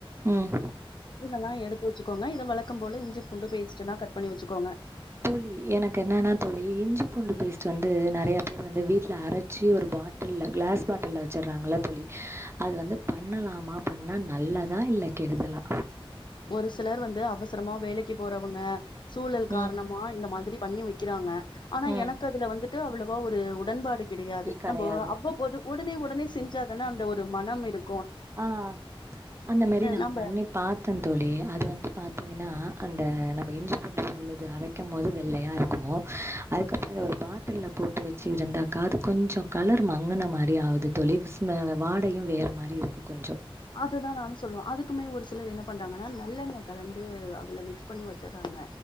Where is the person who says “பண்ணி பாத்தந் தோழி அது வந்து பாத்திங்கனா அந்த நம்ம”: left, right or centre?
Right